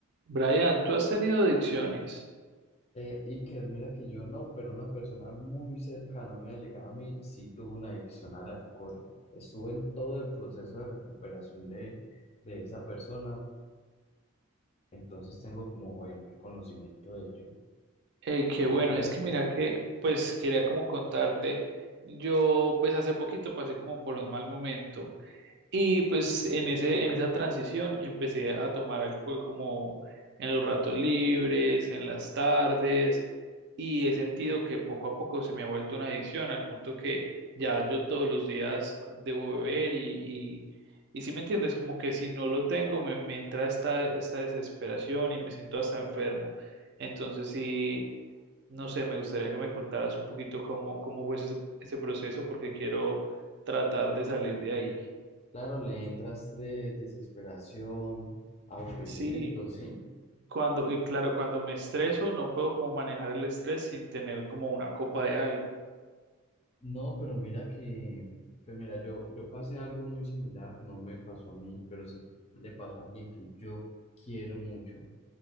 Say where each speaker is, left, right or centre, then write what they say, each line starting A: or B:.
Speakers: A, on the right (about 50°); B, on the left (about 30°).
A: Brian, tú has tenido adicciones.
B: Eh, Iker, mira que yo no, pero una persona muy cercana, muy allegada a mí, sí tuvo una adicción al alcohol. Estuve en todo el proceso de recuperación de, de esa persona, entonces tengo como buen conocimiento de ello.
A: Eh, qué
B: Ok,
A: bueno, es que mira que, pues quería como contarte, yo pues hace poquito pasé como por un mal momento. Y pues en ese, en esa transición empecé a tomar alcohol como en los ratos libres, en las tardes, y he sentido que poco a poco se me ha vuelto una adicción, al punto que ya yo todos los días debo beber y, y, y si me entiendes, como que si no lo tengo me, me entra esta, esta desesperación y me siento hasta enfermo. Entonces sí, no sé, me gustaría que me contaras un poquito cómo, cómo fue ese, ese proceso, porque quiero tratar de salir de ahí.
B: Claro, le entra estrés, desesperación, aburrimiento,
A: Sí,
B: ¿sí?
A: Cuando, y claro, cuando me estreso, no puedo como manejar el estrés sin tener como una copa de algo.
B: No, pero mira que, pues mira, yo, yo pasé algo muy similar, no me pasó a mí, pero sí le pasó a alguien que yo quiero mucho.